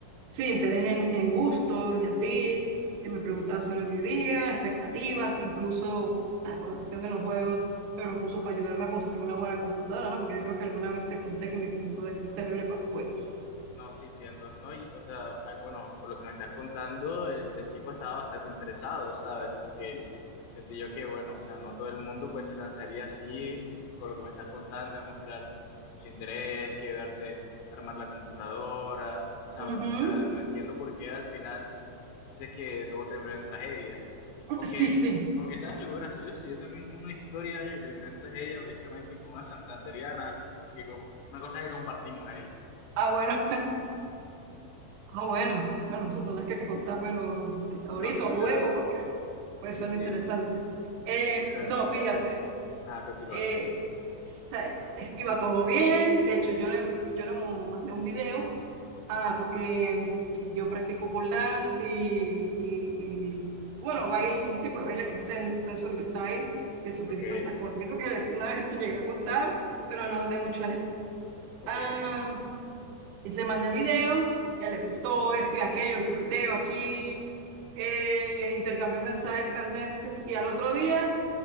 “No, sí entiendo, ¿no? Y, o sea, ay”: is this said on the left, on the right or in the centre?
Left